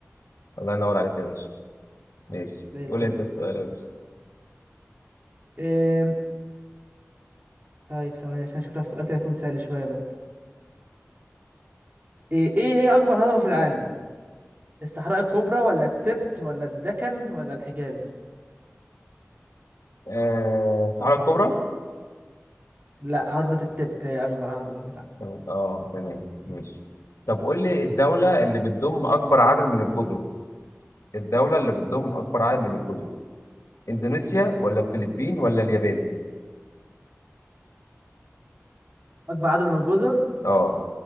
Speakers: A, on the left (about 85°); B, on the right (about 40°).
A: الله ينور عليك يا باشا ماشي
B: زي الفل
A: قول لي أنت السؤال يا باشا
B: إيه، طيب ثواني عشان اشوف لك سؤال كده يكون سهل شويه برضه ايه ايه هي اكبر هضبه في العالم الصحراء الكبرى ولا التبت ولا الدكن ولا الحجاز
A: آه، الصحراء الكبرى
B: لا هضبه التبت هي اكبر هضبه في العالم
A: طب اه تمام
B: مم.
A: ماشي طب قول لي الدولة اللي بتضم أكبر عدد من الجزر الدولة اللي بتضم أكبر عدد من الجزر إندونيسيا ولا الفلبين ولا اليابان؟
B: اكبر عدد من الجزر
A: اه